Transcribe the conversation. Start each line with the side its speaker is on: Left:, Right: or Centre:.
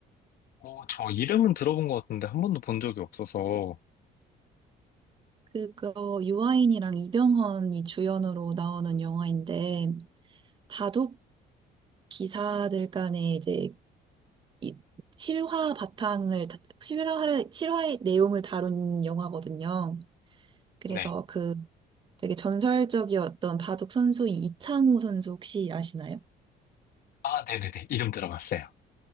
Left: 어, 저 이름은 들어본 것 같은데 한 번도 본 적이 없어서,
Right: 그거 유아인이랑 이병헌이 주연으로 나오는 영화인데, 바둑 기사들 간의 이제 이 실화 바탕을 다- 실화를 실화의 내용을 다룬 영화거든요. 그래서
Left: 네.
Right: 그 되게 전설적이었던 바둑 선수인 이창호 선수 혹시 아시나요?
Left: 아, 네네네. 이름 들어봤어요.